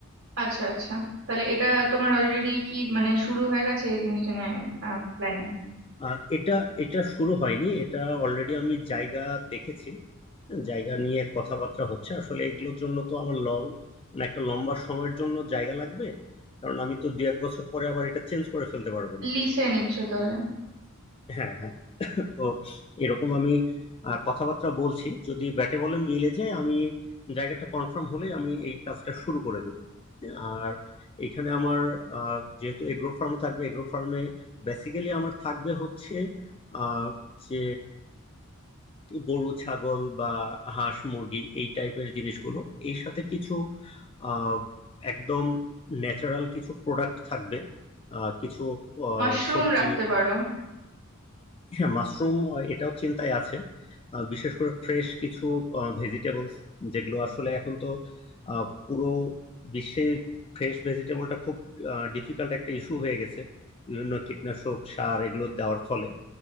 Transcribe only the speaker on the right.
আচ্ছা আচ্ছা তাহলে এটা তোমার অলরেডি কি মানে শুরু হয়ে গেছে এই জিনিসটা নিয়ে প্ল্যানিং
লিসে নিচ্ছ তাহলে
মাশরুম
রাখতে পারো